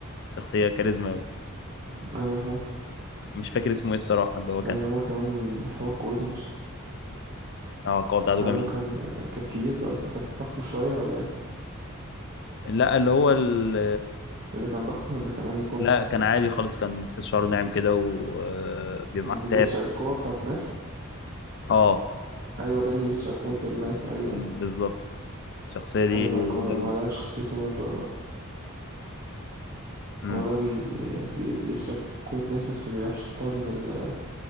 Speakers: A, on the left; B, on the right.
A: شخصيه كاريزما قوي
B: أيوة فا
A: مش فاكر اسمه ايه الصراحه اللي هو كان
B: أيوة هو كمان من حوار قوته مش
A: اه القوه بتاعته
B: أيوة
A: جميل
B: لو كان كان كبير ده قصدي كان ضخم شوية ولا إيه؟
A: لا اللي هو ال...
B: اللي كان ضخم ولا كان أنهي قوة
A: لا
B: بتاعه
A: كان عادي خالص كان تحس شعره ناعم كده وبيبقى
B: اللي
A: معاه كتاب
B: بيسرق القوة بتاعت الناس
A: اه
B: أيوة ده اللي بيسرق قوة الناس أيوة
A: م، بالظبط الشخصيه دي
B: أيوة
A: جميله
B: ما القوة- ما
A: جدا
B: ده شخصيته برضو
A: امم
B: هو ده بي... بي... بيسرق قوة الناس بس مبيعرفش يستخدم القوة